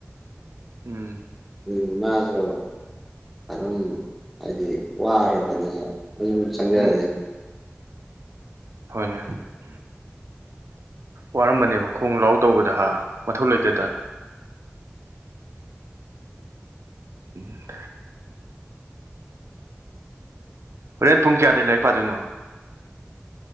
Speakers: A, on the right; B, in the centre.
A: ꯎꯝ
B: ꯑꯗꯨ ꯃꯥꯁꯨ ꯑꯗꯨꯝ ꯍꯥꯏꯗꯤ ꯋꯥꯔꯕꯅꯤꯅ ꯃꯌꯨꯝ ꯆꯡꯈꯔꯖꯅꯤ
A: ꯎꯝ ꯍꯣꯏꯅꯦ ꯋꯥꯔꯃꯅꯦꯕ ꯈꯣꯡ ꯂꯥꯎ ꯇꯧꯕꯗ ꯍꯥ ꯃꯊꯧ ꯂꯩꯇꯗ ꯎꯝ ꯍꯣꯔꯦꯟ ꯄꯨꯡ ꯀꯌꯥꯗꯒꯤ ꯂꯥꯏꯔꯤꯛ ꯄꯥꯗꯣꯏꯅꯣ